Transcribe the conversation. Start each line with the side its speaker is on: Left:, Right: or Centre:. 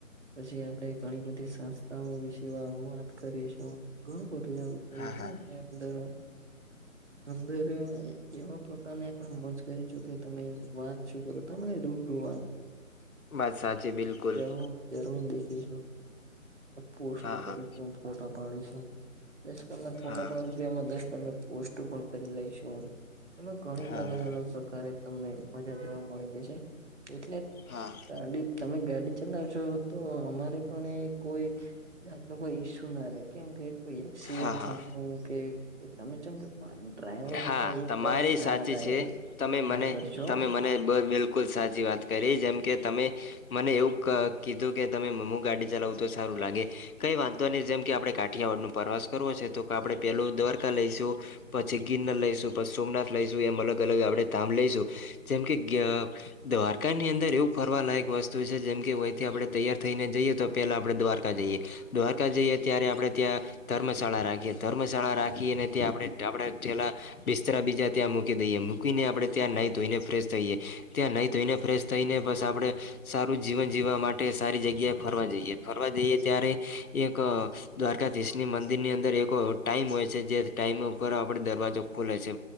Right: પછી આપણે ઘણી બધી સંસ્થાઓ વિશે વાત કરીશું ઘણું બધું એવું કરીશું
Left: હા હા
Right: અંદર અંદર એવા પ્રકારને આપણે મજ કરીશું કે તમે વાત શું કરો. તમને રૂબરૂ
Left: બસ સાચી બિલકુલ.
Right: જરૂર દેખું પોસ્ટ
Left: હા
Right: કરી
Left: હા
Right: ફોટા પાડી શુ. દસ પંદર ફોટો
Left: હા
Right: પાડીશું
Left: હા
Right: એમાં દસ પંદર પોસ્ટો પણ કરી લઈશું હ એમાં ઘણી
Left: હા
Right: અલગ અલગ પ્રકારે તમને મજા જોવા મળી જશે એટલે
Left: હા
Right: ગાડી તમે ગાડી ચલાવશો તો અમારે પણ એ કોઈ જાત ન કોઈ ઈસ્યુ ના રે કેમ કે કોઈ એક્સિડેન્ટ
Left: હા
Right: થવાનું
Left: હા
Right: કે તમે જેમ કે ડ્રાઈવર
Left: હા
Right: એટલે એકદમ
Left: તમારી
Right: સારા
Left: સાચી
Right: ડ્રાઈવર
Left: છે તમે
Right: ડ્રાઈવર
Left: મને
Right: છો
Left: તમે મનેબ બિલકુલ બિલકુલ સાચી વાત કરી જેમ કે તમે મને એવું કીધું કે તમે મમ્ ગાડી ચલાવું તો સારું લાગે. કઈ વાંધો નહી જેમ કે આપણે કાઠિયાવાડ ન પ્રવાસ કરવો હ છે તો આપડણે પેલું દ્વારકા લઈશું. પછી ગિરનર લઈશું પછી સોમનાથ લઈશું એમ અલગ અલગ આપણે ધામ લઈશું જેમ કે. દ્વારકાની અંદર એવું ફરવાલાાયક વસ્તુ છે જેમ કે વયંથી આપણે તૈયાર થઈને જઈએ તો પહેલાં આપણે દ્વારકા જઈએ. દ્વારકા જઈએ ત્યારે આપણે ત્યાં ધર્મશાળા રાખીએ ધર્મશાળા રાખી અને ત્યાં આપણે આપણે પેલા બિસ્તરા બીજા ત્યાં મૂકી દઈએ મૂકીને આપડણે ત્યાં નાહી ધોઈને ફ્રેશ થઈ એ. ત્યાં નહી ધોઈને ફ્રેશ થઈને બસ આપડણે. સારું જીવન જીવવા માટે સારી જગ્યાએ ફરવા જઈએ ફરવા જઈએ ત્યારે એક દ્વારકાધીશની મંદિર ની અંદર એક ટાઈમ હોય છે જે ટાઈમ. પર દરવાજો ખોલે છે